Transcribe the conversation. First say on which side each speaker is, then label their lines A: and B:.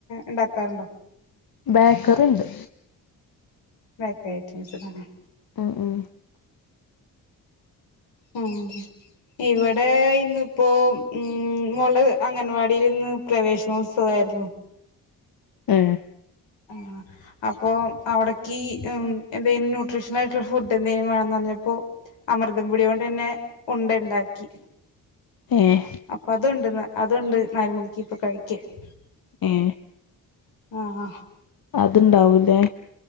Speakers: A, on the left; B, on the left.
A: ഉണ്ടാക്കാറുണ്ടോ?
B: ബേക്കറി ഉണ്ട്
A: ബേക്കറി ഐറ്റംസ് <unintelligible>
B: മ്മ് മ്മ്
A: മ്മ് മ്മ് ഇവിടെ ഇന്ന് ഇപ്പൊ മ്മ് മുള് അംഗൻവാടിയിൽ ഇന്ന് പ്രേവേശനോത്സവം ആയിരുന്നു
B: ഏ
A: ആ അപ്പൊ അവിടേക്ക് എന്തെങ്കിലും ന്യൂട്രീഷൻ ആയിട്ടുള്ള ഫുഡ്‌ എന്തെങ്കിലും വേണം എന്ന് പറഞ്ഞപ്പോൾ അമൃതം പൊടി കൊണ്ട് തന്നെ ഫുഡ് ഉണ്ടാക്കി
B: ഏഹ്
A: അപ്പൊ അത് ഉണ്ട് ഇന്ന് അത് ഉണ്ട് നാല് മണിക്ക് ഇപ്പൊ കഴിക്കാൻ ക്ക്
B: ഏഹ്
A: ആഹ് ആ
B: ഉണ്ടാവും ല്ലേ